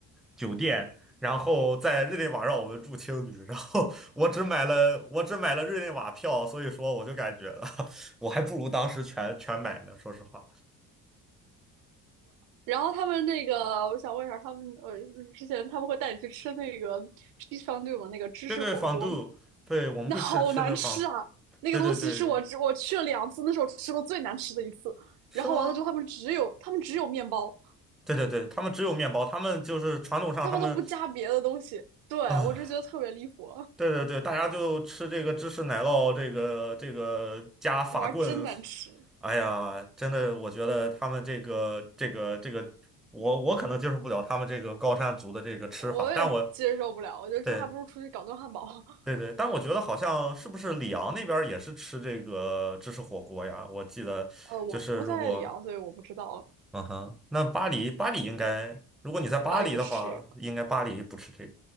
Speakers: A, in the centre; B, on the right.
A: 酒店，然后在日内瓦让我们住青旅，然后我只买了我只买了日内瓦票，所以说我就感觉 <laughs> 我还不如当时全全买呢，说实话。
B: 然后他们那个我想问一下，他们呃之前他们会带你去吃那个 c h e e s fondue 吗？那个芝士火锅，
A: 对对，仿度，对，我们会吃吃那个仿度，
B: 那好难吃啊！那个东西是我只我去了两次，
A: 对对对，
B: 那是我吃过最难吃的一次。
A: 是吗？
B: 然后完了之后，他们只有他们只有面包，
A: 对对对，他们只有面包，他们就是传统上他们。
B: 他们都不加别的东西。对，
A: 啊。
B: 我就觉得特别离谱。
A: 对对对，大家就吃这个芝士奶酪，这个这个加法棍，
B: 那玩意儿真难吃，
A: 哎呀，真的，我觉得他们这个这个这个，我我可能接受不了他们这个高山族的这个吃法，
B: 我也接受不了。
A: 但我
B: 我觉得这还不如出去搞顿汉堡。
A: 对
B: <laughs>
A: 对对，但我觉得好像是不是里昂那边儿也是吃这个芝士火锅呀？我记得就是如果
B: 呃，我不在里昂，所以我不知道。
A: 嗯哼，那巴黎，巴黎应该，如果你在巴黎的话，
B: 巴黎不吃这个，
A: 应该巴黎不吃这个